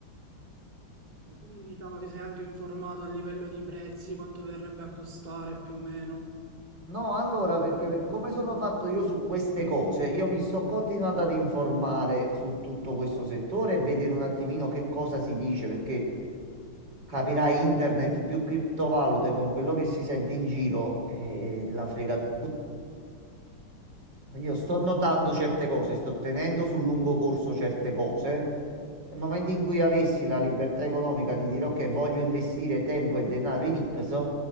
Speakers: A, on the right; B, on the right.
A: Ok, Quindi diciamo ti sei anche informato a livello di prezzi, quanto verrebbe a costare più o meno.
B: No, allora, perché per come sono fatto io su queste cose, io mi sto continuando ad informare su tutto questo settore e vedere un attimino che cosa si dice, perché Capirai internet più criptovalute con quello che si sente in giro e la fregatura. Quindi io sto notando certe cose, sto tenendo sul lungo corso certe cose. Nel momento in cui avessi la libertà
A: Mhm.
B: economica di dire ok, voglio investire tempo e denaro in X,